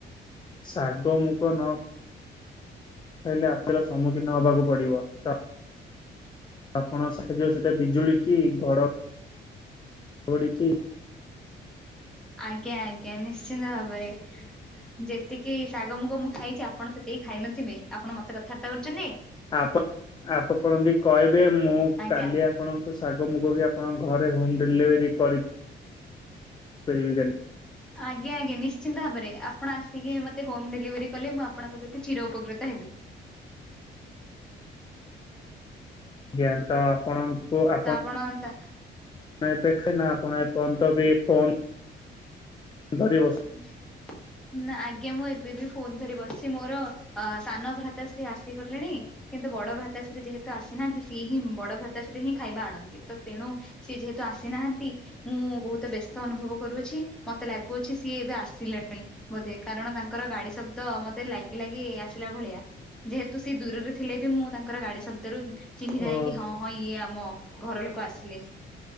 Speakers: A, on the left (about 25°); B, in the centre.
A: ଶାଗ ମୁଗ ନ ହେଲେ <unintelligible> ସମ୍ମୁଖୀନ ହବାକୁ ପଡିବ <unintelligible> ଆପଣ <unintelligible> ସେଟା ବିଜୁଳି କି ଘଡଘଡି କି
B: ଆଜ୍ଞା, ଆଜ୍ଞା ନିଶ୍ଚିନ୍ତ ଭାବରେ ଯେତିକି ଶାଗ ମୁଗ ମୁଁ ଖାଇଛି ଆ ଆପଣ ସେ କେଇ ଖାଇନଥିବେ ଆପଣ ମୋତେ କଥାବାର୍ତ୍ତା କରୁଚନ୍ତି।
A: ଆପଣ ଆପଣ ତ ଏମତି କହିବେ ମୁଁ
B: ଆଜ୍ଞା
A: କାଲି ଆ ଆପଣଙ୍କୁ ଶାଗ ମୁଗ ବି ଆପଣଙ୍କ ଘରେ ହୋମ୍ ଡେଲିଭେରି କରିପାରିବି <unintelligible>
B: ଆଜ୍ଞା, ଆଜ୍ଞା ନିଶ୍ଚିନ୍ତ ଭାବରେ ଆପଣ ଆସିକି ମୋତେ ହୋମ୍ ଡେଲିଭରି କଲେ ମୁଁ ଆପଣଙ୍କ ପ୍ରତି ଚିର ଉପକୃତ ହେବି।
A: ଜ୍ଞା ତ ଆପଣଙ୍କୁ ଆପଣ
B: ତ ତା
A: ଣ ଏବେ ଖାଇନ ଆପଣ ଏପର୍ଯ୍ୟନ୍ତ ବି ଫୋନ୍ ଧରି ବସ
B: ହୁଁ। ନା ଆଜ୍ଞା ମୁଁ ଏବେ ବି ଫୋନ ଧରି ବସିଛି, ମୋର ଅ, ସାନ ଭ୍ରାତାଶ୍ରୀ ଆସିଗଲେଣି କିନ୍ତୁ ବଡ ଭ୍ରାତାଶ୍ରୀ ଯେହେତୁ ଆସିନାହାନ୍ତି ସିଏ ହିଁ ବଡ ଭ୍ରାତାଶ୍ରୀ ହିଁ ଖାଇବା ଆଣନ୍ତି। ତ ତେଣୁ ସିଏ ଯେହେତୁ ଆସିନାହାନ୍ତି ମୁଁ ବହୁତ ବ୍ୟସ୍ତ ଅନୁଭବ କରୁଅଛି। ମୋତେ ଲାଗୁଅ ଛି ସିଏ ଏବେ ଆସିଲାଣି ବୋଧେ କାରଣ ତାଙ୍କର ଗାଡି ଶବ୍ଦ ମୋତେ ଲାଗିଲାଗି ଆସିଲା ଭଳିଆ। ଯେହେତୁ ସେ ଦୂରରେ ଥିଲେ ବି ମୁଁ ତାଙ୍କର ଗାଡି ଶବ୍ଦରୁ ଉଁ, ଚିହ୍ନିଯାଏ
A: ଓ
B: କି ହଁ ହଁ ଇଏ ଆମ ଘର ଲୋକ ଆସିଲେ,